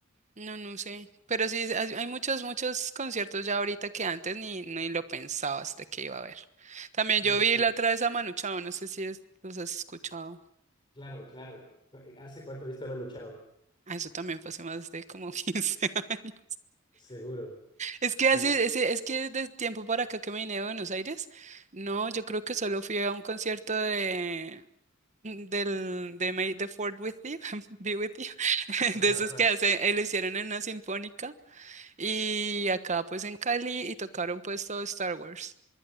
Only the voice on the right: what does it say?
No, no sé. Pero sí, hay hay muchos, muchos conciertos ya ahorita que antes ni, ni lo pensabas de que iba a haber. También
yo
vi
la otra vez a Manu Chao, no sé si es- los has escuchado.
Ah, eso también fue hace más de como <laughs> quince. años.
Es que así,
es, es que de tiempo para acá que me vine de Buenos Aires, no, yo creo que solo fui a un concierto de del de May the Fourth with you, <laughs> Be with you, <laughs>
de esos
que hace, eh, le hicieron en una sinfónica. Y acá pues en Cali y tocaron pues todo Star Wars.